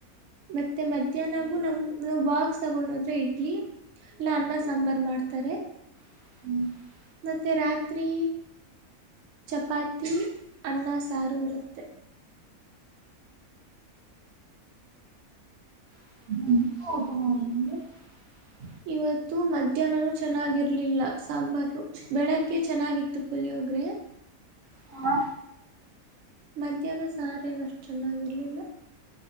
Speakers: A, on the right (about 65°); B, on the right (about 90°).
A: ಮತ್ತೆ ಮಧ್ಯಾಹ್ನಗು ನಮ ಬಾಕ್ಸ್ ತಗೊಂಡ ಹೋದ್ರೆ ಇಡ್ಲಿ ಇಲ್ಲ ಅನ್ನ ಸಾಂಬಾರ್ ಮಾಡ್ತಾರೆ.
B: <unintelligible>
A: ಮತ್ತು ರಾತ್ರಿ ಚಪಾತಿ ಅನ್ನ ಸಾರು ಇರುತ್ತೆ.
B: <unintelligible> <inaudible>
A: ಇವತ್ತು ಮಧ್ಯಾಹ್ನನೂ ಚೆನ್ನಾಗಿರ್ಲಿಲ್ಲ ಸಾಂಬಾರು ಬೆಳಗ್ಗೆ ಚೆನ್ನಾಗಿತ್ತು ಪುಲಿಯೊೋಗ್ರೆ.
B: ಹ
A: ಮಧ್ಯಾಹ್ನ ಸಾರೇನಷ್ಟು ಚೆನ್ನಾಗಿರ್ಲಿಲ್ಲ